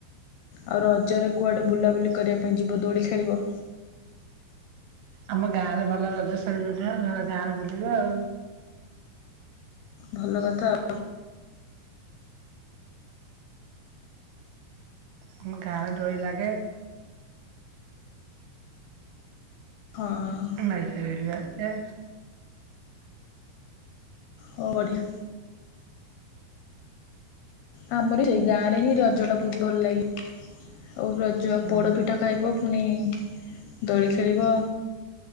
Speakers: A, on the left (about 80°); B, on the right (about 70°).
A: ଆଉ ରଜରେ କୁଆଡ଼େ ବୁଲାବୁଲି କରିଆ ପାଇଁ ଯିବ ଦୋଳି ଖେଳିବ?
B: ଆମ ଗାଁ ରେ ଭଲ ରଜ ସେଲିବ୍ରେଟ ନା ଘର ଗାଁ ରେ ବୁଲିବେ ଆଉ।
A: ଭଲ କଥା। ଆଉ
B: ଆମ ଗାଁରେ ଡୋରି ଲାଗେ।
A: ହଁ।
B: ଆଁ ମାଇକ ଫାଇକ ବି ବାଜେ।
A: ହଁ ବଢ଼ିଆ। ଆମରବି ସେଇ ଗାଁ ରେ ହିଁ ରଜ ଟା ବହୁତ ଭଲ ଲାଗେ। ଆଉ ରଜ
B: ହୁଁ।
A: ପୋଡପିଠା କାଇବ ଫୁନି ଦୋଳି ଖେଳିବ।